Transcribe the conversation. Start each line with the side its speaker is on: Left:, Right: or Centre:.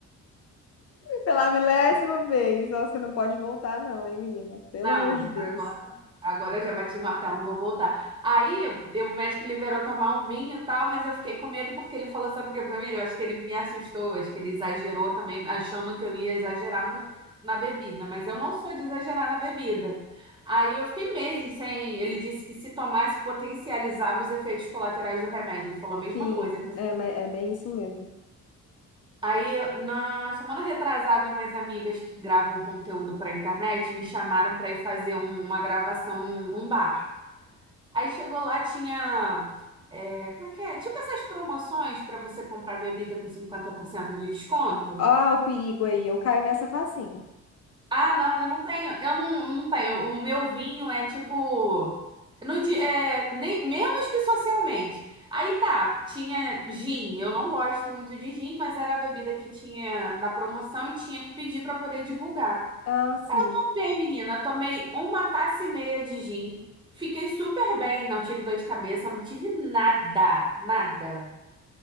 Left: Pela milésima vez. Ó, você não pode voltar, não, hein, menina? Pelo
Right: Não,
Left: amor de Deus.
Right: agora, agora eu já bati o martelo, não vou voltar. Aí eu- o médico liberou tomar um vinho e tal, mas eu fiquei com medo porque ele falou, sabe o que pra mim? Eu acho que ele me assustou, acho que ele exagerou também, achando que eu ia exagerar no- na bebida, mas eu não sou de exagerar na bebida. Aí eu fiquei meses sem. Ele disse que se tomasse potencializava os efeitos colaterais do remédio. Ele falou a mesma
Left: Sim,
Right: coisa que você.
Left: é, mas é bem isso mesmo.
Right: Aí, na semana retrasada, umas amigas que gravam conteúdo pra internet me chamaram pra ir fazer um- uma gravação num, num bar. Aí chegou lá, tinha. é, como é que é? Tipo essas promoções pra você comprar bebida com 50% de desconto.
Left: Ó, o perigo aí. Eu caio nessa facinho.
Right: Ah, não, eu não tenho, eu não, não tenho. O meu vinho é tipo, no dia, é, nem, menos que socialmente. Aí tá, tinha gin. Eu não gosto muito de gin, mas era a bebida que tinha na promoção e tinha que pedir pra poder divulgar.
Left: Ah, sim.
Right: Aí Eu tomei, menina, tomei uma taça e meia de gin. Fiquei super bem, não tive dor de cabeça, não tive nada, nada.